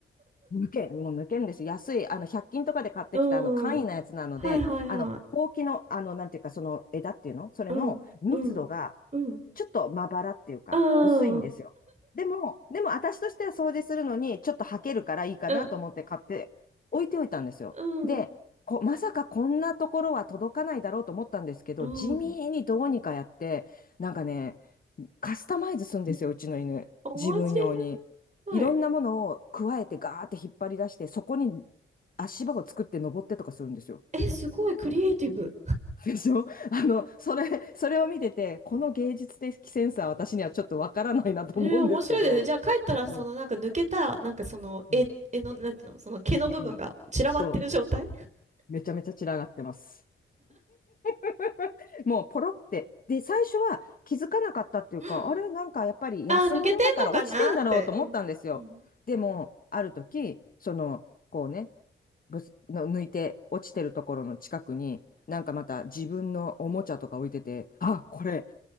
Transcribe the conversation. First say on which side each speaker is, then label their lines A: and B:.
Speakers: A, on the left; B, on the right.
A: 抜け、もう抜けるんですよ。安い、あの、100均とかで買ってきた、
B: <laughs> う
A: あの、簡易なやつなので、
B: ん。はいはいはい。
A: あの、ほうきの、あの、なんていうか、その枝っていうのそれの密度が、
B: うん、うん、うん、
A: ちょっとまばらっていうか、
B: うん、
A: 薄いんですよ。
B: うん、
A: でも、でも私としては掃除するのに、ちょっと履けるからいいかなと思って買って置いておいたんですよ。
B: うん、うん、
A: で、こ、まさかこんなところは届かないだろうと思ったんですけど、
B: うん。
A: 地味にどうにかやって、なんかね、カスタマイズするんですよ、うちの犬。
B: 面白
A: 自分用に。いろんなものを加えてガーって引っ張り出して、
B: い。
A: そこに足場を作って登ってとかするんですよ。
B: え、すごいクリエイティブ。
A: でしょ <laughs> あの、それ、それを見てて、この芸術的センスは私にはちょっとわからないなと思うんですけど、
B: うんえー、面白いですね。じゃあ帰ったら、
A: そ
B: そのなんか抜けた、なんかその絵、
A: う、うん、
B: 絵の、なんていうの、その毛の部分が散らばってる状態
A: うん、そう、めちゃめちゃ散らがってます。<laughs> もうポロって。で、最初は気づかなかったっていうか、
B: うん。
A: あれ、なんかやっぱり安物だから落ちてんだろうと思ったんですよ。
B: ああ、抜けてんのかなって。うん。うん
A: でも、ある時、その、こうね、ぶつの抜いて落ちてるところの近くに、なんかまた自分のおもちゃとか置いてて、あ、これ